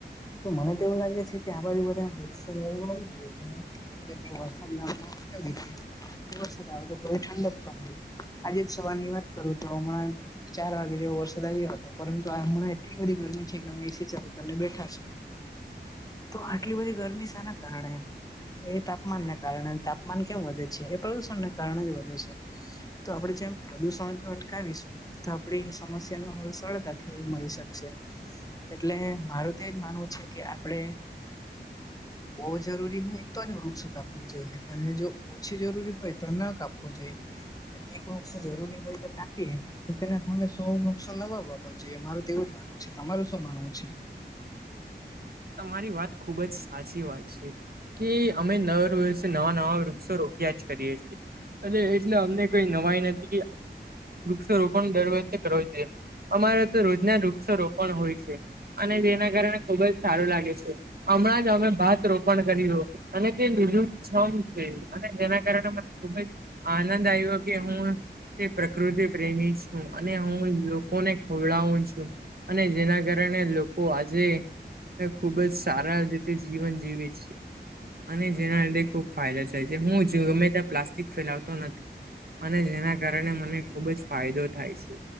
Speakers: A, on the left; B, on the right.
A: તો મને તો એવું લાગે છે કે આ બાજુ બધાએ વૃક્ષો વાવવા જોઇએ એનાથી કેવું કે તે વરસાદ ન <unintelligible> વરસાદ આવે તો થોડી ઠંડક પામ્યું, આજે જ સવાર ની વાત કરું તો હમણાં ચાર વાગે જેવો વરસાદ આવ્યો હતો પરંતુ આ હમણાં એટલી બધી ગરમી છે કે અમે એ સી ચાલુ કરીને બેઠા છે. તો આટલી બધી ગરમી સેના કારણે? એ તાપમાનન ના કારણે અને તાપમાન કેમ વધે છે, એ પ્રદુષણના કારણે જ વધે છે. તો આપડે જેમ પ્રદુષણ જો અટકાવીશું તો આપડી સમસ્યાનો હલ સળતાથી મળી શકશે. એટલે મારું તો એ જ માનવું છે કે આપડે બો જરૂરી હોય તો જ વૃક્ષો કાપવું જોઈએ, અને જો ઓછી જરૂરી હોય તો ના કાપવો જોઈએ. જો એક વૃક્ષો જરૂરી હોય તો કાપીએ તો તેના સામે શો વૃસો નવા વાવો જોઈએ. મારું તો એવું જ માનવું છે. તમારુ શું માનવું છે?
B: તમારી વાત ખુબ જ સાચી વાત છે. કે અમે નર વર્ષે નવા નવા વૃક્ષો રોપ્યા જ કરીએ છે. અને એટલે અમને કોઈ નવાઈ નથી વૃક્ષારોપણ દર વર્ષે કરવો જોયે, અમારે તો રોજના વૃક્ષો રોપણ હોય છે અને તેના કારણે ખુબ જ સારું લાગે છે. અમણાં જ અમે ભાત રોપણ કર્યું અને તે લીલુંછમ છે અને જેના કારણે મને ખુબ જ આનંદ આઈવો કે હું તે પ્રકૃતિ પ્રેમી છું અને હું લોકોને ખવડાવું છું. અને જેના કારણે લોકો આજે ને ખુબ જ સારા રીતે જીવન જીવી છી. અને જેના લીધે ખુબ ફાયદો જાય છે. હું જો ગમે ત્યાં પ્લાસ્ટિક ફેલાવતો નથી અને જેના કારણે મને ખુબ જ ફાયદો થાય છે.